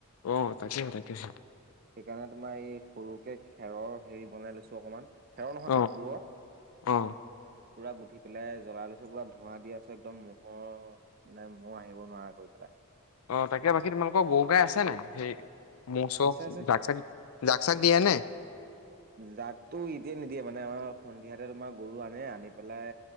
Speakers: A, on the left (about 85°); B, on the right (about 45°).
A: অ তাকেই তাকেছ
B: সেইকাৰণে তোমাৰ এই সৰুকে খেৰৰ হেৰি বনাই লৈছো অকমান খেৰ নহয়
A: অ
B: কাপোৰৰ ক
A: অ
B: পুৰা গুঠি পেলাই জ্বলাই লৈছো পুৰা ধোঁৱা দি আছো একদম ম'ৰ মানে মহ আহিব নোৱাৰা কৰি পেলাই
A: অ তাকে বাকী তোমালোকৰ গৰু গাই আছে নে সেই মোৰ চব
B: আছে আছে
A: জাক চাক জাক চাক দিয়া নে
B: জাকতটো এতিয়া নিদিয়ে মানে আমাৰ সন্ধিয়াতে তোমাৰ গৰু আনে আনি পেলাই